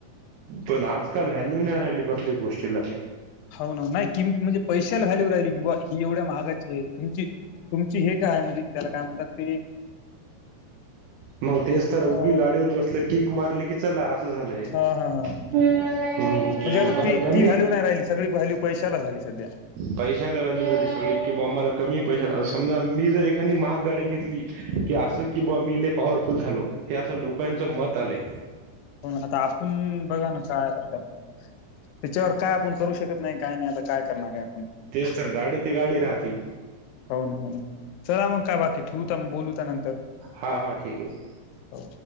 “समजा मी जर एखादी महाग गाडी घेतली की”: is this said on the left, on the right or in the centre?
Right